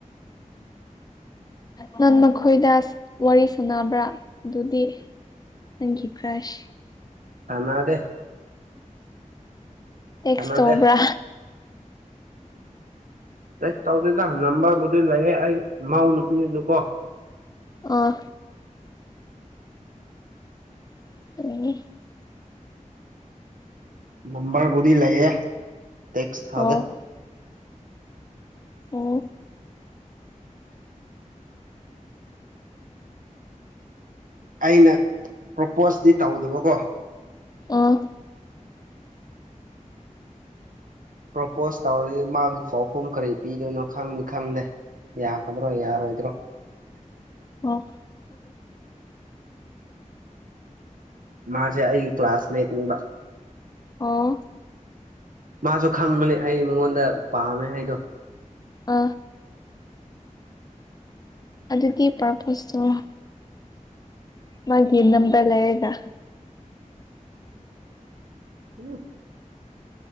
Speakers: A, on the left; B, on the right.
A: ꯅꯪ ꯃꯈꯣꯏꯗ ꯋꯥꯔꯤ ꯁꯥꯟꯅꯕ꯭ꯔꯥ ꯑꯗꯨꯗꯤ ꯅꯪꯒꯤ ꯀ꯭ꯔꯥꯥꯁ
B: ꯐꯅꯥꯗꯦ
A: ꯇꯦꯛꯁ
B: ꯁꯥꯟꯅꯗꯦ
A: ꯇꯧꯕ꯭ꯔꯥ
B: ꯇꯦꯁ ꯇꯧꯗꯣꯏꯗ ꯅꯝꯕꯔꯕꯨꯗꯤ ꯂꯩꯔꯦ ꯑꯩ ꯃꯧ ꯅꯨꯄꯤ ꯑꯗꯨ ꯀꯣ
A: ꯑꯣ ꯑ
B: ꯅꯝꯕꯔꯕꯨꯗꯤ ꯂꯩꯌꯦ ꯇꯦꯛꯁ ꯊꯥꯗꯦ
A: ꯑꯣ ꯑꯣ
B: ꯑꯩꯅ ꯄ꯭ꯔꯣꯄꯣꯁꯇꯤ ꯇꯧꯗꯕꯀꯣ
A: ꯑꯥ
B: ꯄ꯭ꯔꯣꯄꯣꯁ ꯇꯧꯔꯗꯤ ꯃꯥꯒꯤ ꯄꯥꯎꯈꯨꯝ ꯀꯔꯤ ꯄꯤꯗꯣꯏꯅꯣ ꯈꯪꯅꯤ ꯈꯪꯗꯦ ꯌꯥ ꯑꯗꯨ꯭ꯔꯣ ꯌꯥꯔꯣ ꯏ꯭ꯔꯣ
A: ꯑꯣ
B: ꯃꯥꯖꯤꯦ ꯑꯏ ꯀ ꯀ꯭ꯂꯁꯃꯦꯦꯠ ꯃꯤ
A: ꯑꯣ
B: ꯃꯥꯁꯨ ꯈꯪꯕꯅꯦ ꯑꯩ ꯃꯉꯣꯟꯗ ꯄꯥꯝꯃꯦ ꯍꯥꯏꯗꯣ
A: ꯑ ꯑꯗꯨꯗꯤ ꯄꯥꯔꯄꯣꯁ ꯇꯧꯔ ꯃꯥꯒꯤ ꯅꯝꯕꯝꯕ ꯂꯩꯑꯦꯒ
B: ꯎꯝ